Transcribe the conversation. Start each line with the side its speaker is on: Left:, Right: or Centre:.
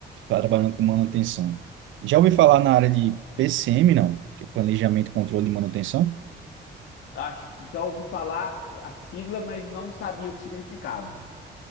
Right: trabalhando com manutenção. Já ouvi falar na área de PCM, não? Que é Planejamento, Controle e Manutenção?
Left: acho que já ouvi falar a sigla, mas não sabia o que significava.